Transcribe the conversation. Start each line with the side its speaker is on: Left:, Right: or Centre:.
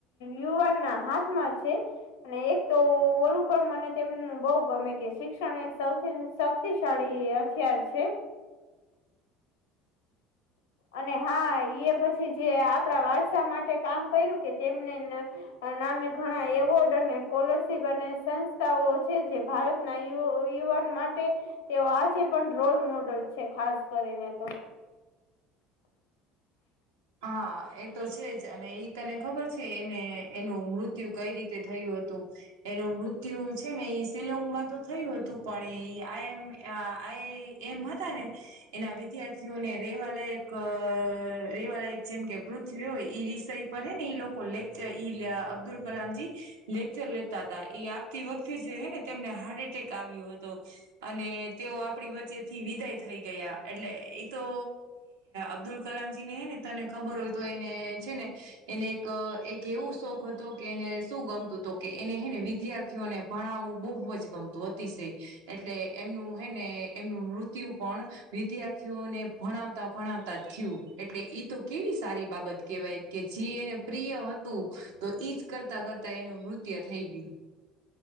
Left: યુવાનના હાથમાં છે. અને એક તો ઓલું પણ મને તેમનું બહુ ગમે કે શિક્ષણ એ સૌથી. શક્તિશાળી, હથિયાર છે. અને હાએ પછી જે આપણા વારસા માટે કામ કર્યું કે તેમને, નામે ઘણા એવોર્ડ અને સ્કોલરશીપ અને સંસ્થાઓ છે, જે ભારતના યુ યુવાન માટે, તેઓ આજે પણ રોલ મોડલ છે, ખાસ કરીને તો.
Right: હા એ હતો છે, જ અને એઈ તને ખબર છે, એને એનું મૃત્યુ કંઈ રીતે થયું હતું. એનું મૃત્યુ છે ને એ શિલોંગમાં તો થયું હતું પણ એ આમ આ એમ હતા ને એના વિદ્યાર્થીઓને રેવા લાયક એક રેવાળ એક જેમ કે પૃથ્વી હોય એ વિષય પરે ને ઈ લોકો લેખ ઈ અબ્દુલ કલામજી <unintelligible> લેક્ચર લેતા હતા એ આપતી વખતે જે હ ને તેમને હાર્ટ એટેક આવ્યો હતો અને તેઓ આપની વચ્ચે થી વિદાય થઈ ગયા એટલે એ તો અબ્દુલ કલામ ને હેને તને ખબર હોય તો એને છે ને એને એક એક એવું શોખ હતો કે એને શું ગમું <unintelligible> તો કે એને હે ને વિદ્યાર્થીઓને ભણાવવું બહુ જ ગમતું અતિશય એટલે એમનું હે ને એમનું મૃત્યુ પણ વિદ્યાર્થીઓને ભણાવતા ભણાવતા થયું એટલે ઈ તો કેવી સારી બાબત કેહેવાય કે જે એને પ્રિય હતું તો ઈજ કરતા કરતા એનું નૃત્ય થઈ ગયું